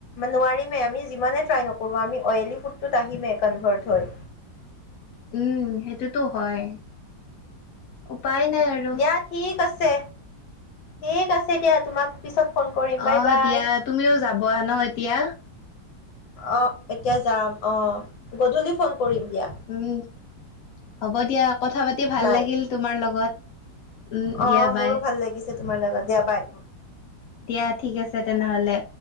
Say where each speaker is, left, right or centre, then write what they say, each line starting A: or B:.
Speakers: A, on the left; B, on the left.
A: নোৱাৰিমেই আমি যিমানে ট্ৰাই নকৰোঁ আমি অইেলী ফুডটোত আহিমেই কনভাৰ্ট হৈ।
B: উম, সেইটোটো হয়। উপায় নাই আৰু।
A: দিয়া ঠিক আছে, ঠিক আছে দিয়া তোমাক পিছত ফোন কৰিম বাই
B: অ,
A: বাই।
B: দিয়া তুমিও যাবা বোৱা ন এতিয়া।
A: অ, এতিয়া যাম অ, গধূলি ফোন কৰিম দিয়া
B: উম হ'ব দিয়া কথা পাতি ভাল
A: বাই
B: লাগিল তোমাৰ লগত। উম,
A: অ',
B: দিয়া বাই।
A: মোৰো ভাল লাগিছে তোমাৰ লগত দিয়া বাই।
B: দিয়া ঠিক আছে তেনেহলে।